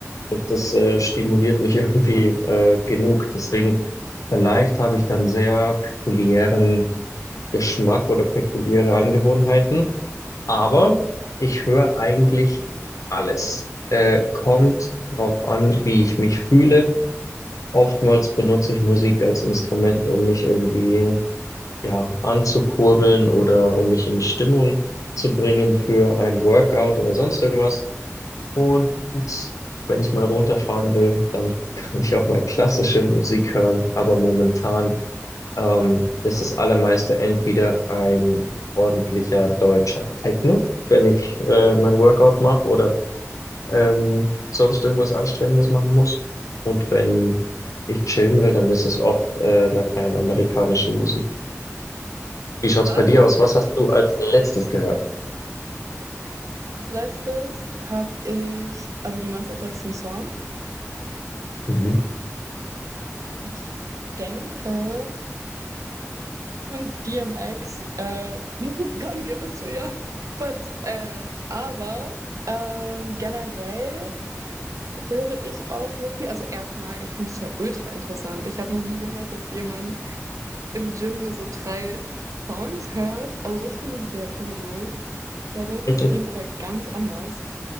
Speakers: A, on the left (about 80°); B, on the right (about 80°).
A: und das äh, stimuliert mich <laughs> irgendwie äh, genug. Deswegen vielleicht habe ich dann sehr pekuliären Geschmack oder pekuliäre Angewohnheiten, aber ich höre eigentlich alles. Äh, kommt drauf an, wie ich mich fühle Oftmals benutze ich Musik als Instrument, um mich irgendwie, ja, anzukurbeln oder um mich in Stimmung zu bringen für ein Workout oder sonst irgendwas. Und wenn ich mal runterfahren will, dann <laughs> kann ich auch mal klassische Musik hören. Aber momentan, ähm, ist das allermeiste entweder ein ordentlicher deutscher Techno, wenn ich, äh, mein Workout mache oder ähm, sonst irgendwas Anstrengendes machen muss. Und wenn ich chillen will, dann ist es oft äh, lateinamerikanische Musik. Wie schaut's
B: Ah,
A: bei dir aus? Was hast du als letztes gehört?
B: Als letztes habe ich, also du meinst als letzten Song?
A: Mhm.
B: Ich denke. Und DMX, äh, <laughs> can't give it to you. But, äh, aber ähm, generell höre ich auch sehr viel. Also erstmal, ich finde es ja ultra interessant. Ich habe noch nie gehört, dass jemand im Gym nur so drei Songs hört. Also das finde ich sehr kurios. Da bin ich
A: <laughs>
B: auf jeden Fall ganz anders.